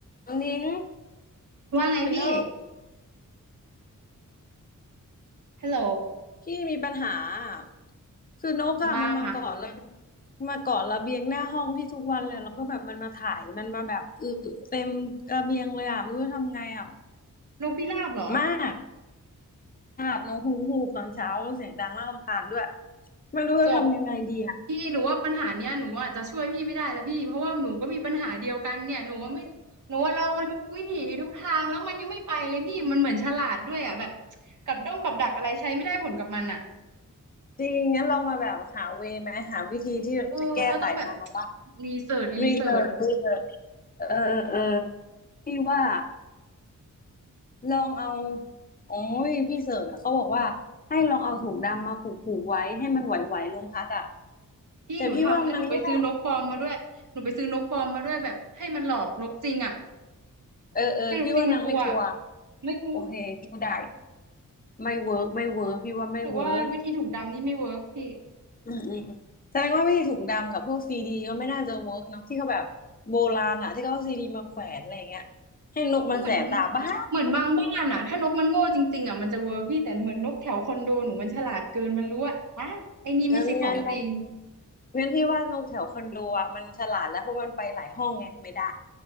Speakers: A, on the left (about 25°); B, on the right (about 65°).
A: น้องนิ้ง
B: ว่าไงพี่
A: ฮัลโหล
B: ฮัลโหล
A: พี่มีปัญหาอะคือนกอะมันมาเกาะระ
B: ว่ามา
A: มาเกาะระเบียงหน้าห้องพี่ทุกวันเลย แล้วก็แบบมันมาถ่าย มันมาแบบอึเต็มระเบียงเลยอะ ไม่รู้จะทำไงอะ
B: นกพิราบเหรอ
A: มากอาบน้องฮูกฮูกตอนเช้าแล้วเสียงดังน่ารำคาญด้วย ไม่รู้จะทำยังไงดีอะ
B: จบพี่หนูว่าปัญหาเนี้ยหนูอาจจะช่วยพี่ไม่ได้แล้วพี่ เพราะว่าหนูก็มีปัญหาเดียวกันเนี่ยหนูว่าไม่หนูว่าลองมาทุกวิถีทุกทางแล้วมันยังไม่ไปเลยพี่มันเหมือนฉลาดด้วยอ่ะแบบกับด้งกับดักอะไรใช้ไม่ได้ผลกับมันอ่ะ
A: จริงงั้นเรามาแบบหาเวย์ไหมหาวิธีที่จะแก้ไขมันเนาะปะ
B: เออเราต้องแบบรีเสิร์ชรีเสิร์ช
A: รีเสิร์ชรีเสิร์ชเออเออเออพี่ว่า ลองเอาโอ้ยพี่เสิร์ชอ่ะเขาบอกว่าให้ลองเอาถุงดำมาผูกผูกไว้ให้มันไหวๆลมพัดอ่ะ
B: พี่หนูทำแล้วหนูไปซื้อนกปลอมมาด้วยหนูไปซื้อนกปลอมมาด้วยแบบให้มันหลอกนกจริงอ่ะ
A: แต่พี่ว่านางไม่ได้เออเออพี่ว่านางไม่กลัว
B: ให้นกจริงมันกลัวไม่กลัว
A: โอเคไม่ได้ไม่เวิร์กไม่เวิร์กพี่ว่าไม่เวิร์ก
B: หรือว่าวิธีถุงดำนี่ไม่เวิร์กพี่
A: อืมอืมอืมแสดงว่าพี่ถุงดำกับพวกซีดีก็ไม่น่าจะเวิร์กเนาะที่เขาแบบโบราณอ่ะที่เขาเอาซีดีมาแขวนอะไรอย่างเงี้ยให้นกมันแสบตาบ้า
B: ก็เหมือนเหมือนบางบ้านอ่ะถ้านกมันโง่จริงๆอ่ะมันจะเวอร์พี่แต่เหมือนนกแถวคอนโดหนูมันฉลาดเกินมันรู้ว่าฮะไอ้นี่ไม่ใช่ของจริง
A: ยังยังยังงั้นพี่ว่านกแถวคอนโดอ่ะมันฉลาดแล้วเพราะมันไปหลายห้องไงไม่ได้